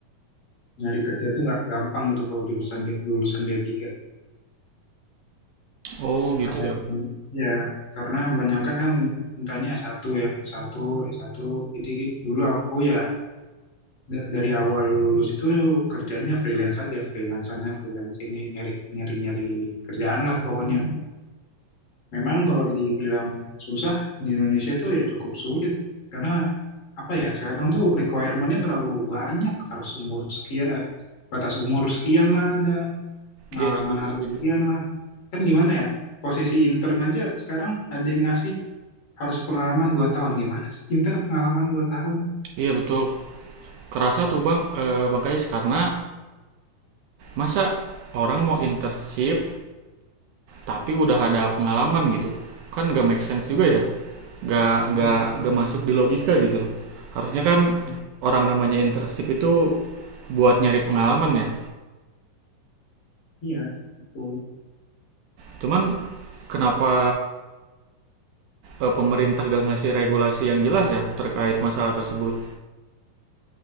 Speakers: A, on the left; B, on the right.
A: nyari kerja tuh nggak gampang gitu kalau jurusan D- lulusan D3.
B: Oh
A: Eh,
B: gitu ya.
A: ya karena banyakan kan mintanya S1 ya, S1, S1. Jadi dulu aku ya da- dari awal lulus itu kerjanya freelance aja, freelance sana, freelance sini, nyari nyari nyari kerjaan lah pokoknya. Memang kalau dibilang susah di Indonesia itu ya cukup sulit karena apa ya sekarang tuh requirement-nya terlalu banyak harus umur sekian eh, batas umur sekian lah ada pengalaman
B: Iya setuju
A: harus
B: setuju.
A: sekian lah kan gimana ya posisi intern aja sekarang ada yang ngasih harus pengalaman dua tahun gimana sih intern pengalaman dua tahun
B: Iya betul. Kerasa tuh bang, eh, bang Kais karena masa orang mau internship tapi udah ada pengalaman gitu kan gak make sense juga ya gak
A: Hmm,
B: gak
A: hmm,
B: gak masuk di logika gitu harusnya kan
A: hmm.
B: orang namanya internship itu buat nyari pengalaman ya
A: iya betul
B: cuman kenapa eh, pemerintah gak ngasih regulasi yang jelas ya terkait masalah tersebut